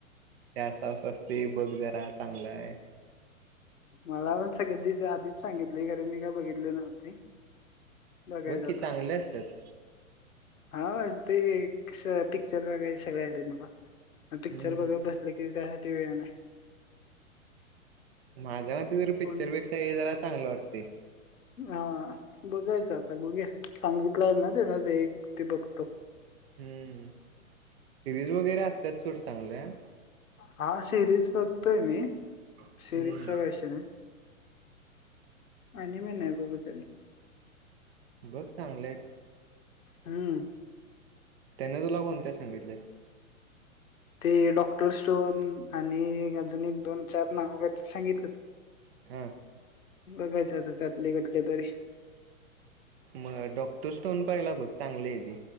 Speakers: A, on the right (about 45°); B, on the left (about 75°).
A: ते असं असं असतय बघ तु जरा चांगला आहे
B: मला पण सगळ आधीच सांगितले खर मी काय बघितले नव्हते बघायचं
A: बघ कि
B: आता.
A: चांगले असत्यात
B: हा ते कस पिक्चर वगैरे सगळे वगैरे मला पिक्चर
A: हम्म
B: वगैरे बसले कि का ते वेळ नाही
A: माझ्या मते जर पिक्चरपेक्षा
B: फोन
A: ये जरा चांगलं वाटतय
B: हा बघायच आता बघूया सांगितलंय ना तेना ते एक ते बघतो
A: हम्म सिरीज वगैरे असत त्यात थोडं चांगल-
B: हा सिरीज बघतोय मी
A: हम्म
B: सिरीज चा काय विषय नाही ॲनिमे नाही बघू तरी
A: बघ चांगलंय
B: हम्म
A: त्यांना तुला काय सांगितलेत
B: ते डॉक्टर स्टोन आणि अजून एक दोन चार नाव काय तर सांगितलं
A: हा
B: बघायच आता त्यातल एकदा तरी
A: मग डॉक्टरस्टोन पहिला बघ चांगली आहे ती